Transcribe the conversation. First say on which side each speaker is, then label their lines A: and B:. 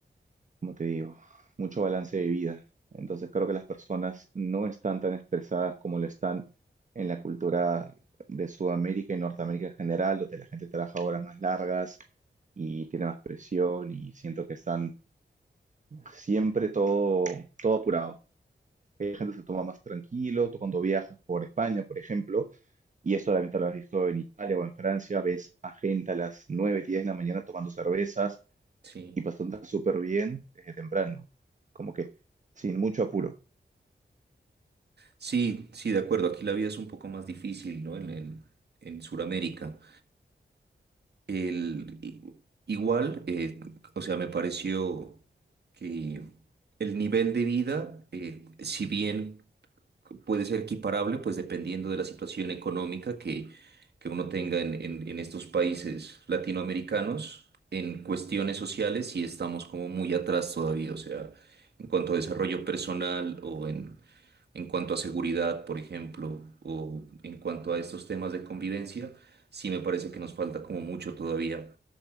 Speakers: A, on the right; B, on the right.
A: como te digo, mucho balance de vida. Entonces creo que las personas no están tan estresadas como lo están en la cultura de Sudamérica y Norteamérica en general, donde la gente trabaja horas más largas y tiene más presión y siento que están siempre todo, todo apurado. Hay gente que se toma más tranquilo, tú cuando viajas por España, por ejemplo, y eso la lo has visto en Italia o en Francia, ves a gente a las 9, 10 de la mañana tomando cervezas
B: Sí.
A: y pasó tan súper bien desde temprano, como que sin mucho apuro.
B: Sí, sí, de acuerdo. Aquí la vida es un poco más difícil, ¿no? En, en, en Sudamérica. El, i- igual, eh, o sea, me pareció que el nivel de vida, eh, si bien puede ser equiparable, pues dependiendo de la situación económica que, que uno tenga en, en- en estos países latinoamericanos. En cuestiones sociales sí estamos como muy atrás todavía, o sea, en cuanto a desarrollo personal o en, en cuanto a seguridad, por ejemplo, o en cuanto a estos temas de convivencia, sí me parece que nos falta como mucho todavía